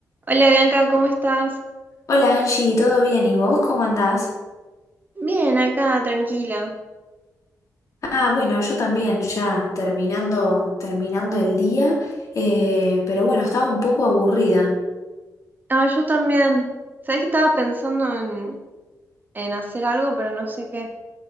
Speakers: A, on the right (about 30°); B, on the left (about 55°).
A: Hola Bianca, ¿cómo estás?
B: Hola Angie, ¿todo bien? ¿Y vos cómo andás?
A: Bien, acá, tranquila.
B: Ah, bueno, yo también, ya terminando, terminando el día, eh, pero bueno, estaba un poco aburrida.
A: Ah, yo también. Sabés que estaba pensando en, en hacer algo, pero no sé qué.